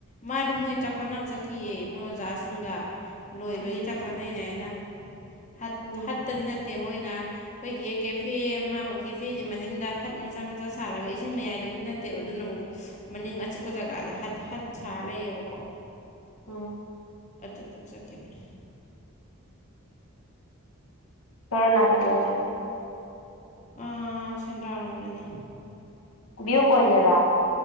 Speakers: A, on the left (about 35°); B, on the left (about 80°).
A: ꯃꯥꯗꯤ ꯃꯣꯏ ꯆꯥꯛ ꯆꯥꯅꯕ ꯆꯠꯈꯤꯑꯦ ꯃꯣꯏ ꯑꯣꯖꯥꯁꯤꯡꯒ ꯂꯣꯏꯕꯒꯤ
B: ꯎꯝ
A: ꯆꯥꯛ ꯆꯠꯅꯩꯅꯦ ꯍꯥꯏꯅ ꯍꯠ
B: ꯎꯝ
A: ꯍꯠꯇꯗꯤ ꯅꯠꯇꯦ ꯃꯣꯏꯅ ꯑꯩꯈꯣꯏꯒꯤ ꯍꯦꯛ ꯀꯦꯐꯦ ꯑꯃ ꯃꯨꯛ ꯀꯦꯐꯦꯖꯤ ꯃꯅꯤꯡꯗ ꯍꯠ ꯃꯆꯥ ꯃꯆꯥ ꯁꯥꯔꯒ ꯏꯁꯤꯡ ꯃꯌꯥꯏꯗꯕꯨꯗꯤ ꯅꯠꯇꯦꯕ ꯑꯗꯨꯅ ꯑꯃꯨꯛ ꯃꯅꯤꯡ ꯑꯆꯤꯛꯄ
B: ꯎꯝ
A: ꯖꯒꯥꯗ ꯍꯠ ꯍꯠ ꯁꯥꯔ ꯂꯩꯌꯦꯕꯀꯣ
B: ꯎꯝ
A: ꯑꯗꯨꯗ ꯆꯠꯈꯤꯕꯅꯤ
B: ꯀꯔꯣꯟ ꯅꯀꯟꯗ ꯑꯣꯏꯗꯣꯏꯕ
A: ꯑ ꯁꯦꯟꯗ꯭ꯔꯥꯔꯣꯝꯗꯅꯤ
B: ꯚ꯭ꯌꯨ ꯄꯣꯏꯟꯗꯔꯥ